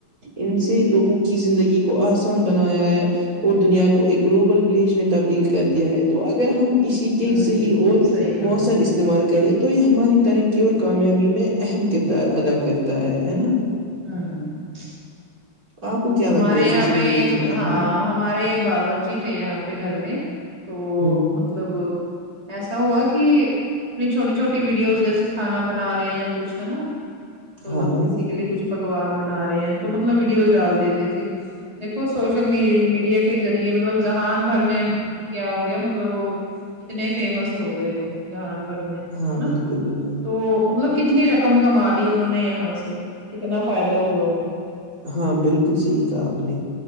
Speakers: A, on the right; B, on the right.
A: ان سے لوگوں کی زندگی کو آسان بنایا ہے اور دنیا کو ایک گلوبل ولیج میں تبدیل کر دیا ہے تو اگر ہم اسی کے
B: ہوں
A: صحیح اور
B: صحیح فرمایا
A: مؤثر
B: آپ
A: استعمال
B: نے
A: کرے تو یہ ہماری ترقی اور کامیابی میں اہم کردار ادا کرتا ہے ہے نا
B: ہوں
A: آپ کو کیا
B: ہمارے
A: لگتا ہے
B: یہاں
A: سوشل
B: پہ
A: میڈیا
B: ایک
A: کے بارے
B: ہاں
A: میں
B: ہمارے باورچی تھے یہاں پہ گھر میں تو
A: ہوں ہوں
B: مطلب ایسا ہوا کہ اپنی چھوٹی چھوٹی ویڈیوز جیسے کانا بنا رہے ہیں یا کچھ ہے نا تو
A: ہاں ہاں
B: کسی کے لیے کچھ پکوان بنا رہے ہیں تو مطلب ویڈیوز ڈال دیتے تھے دیکھو سوشل میڈیا کے ذریعے مطلب جہان بھر میں کیا ہو گیا مطلب وہ کتنے فیمس ہو گئے وہ جانور میں ہے
A: ہاں
B: نا
A: بالکل بالکل
B: تو مطلب کتنی رقم کما لی انہوں نے یہاں سے کتنا فائدہ ہوا انہیں
A: ہاں بالکل صحیح کہا آپ نے